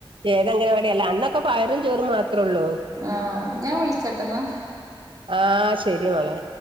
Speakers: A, on the right; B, on the right.
A: ഏത് അംഗനവാടില? അന്നൊക്കെ പയറും ചോറും മാത്രൊ ള്ളൂ.
B: ആ. ഞാൻ വിളിച്ചട്ടോന്ന.
A: ആഹ് ശരി മളെ.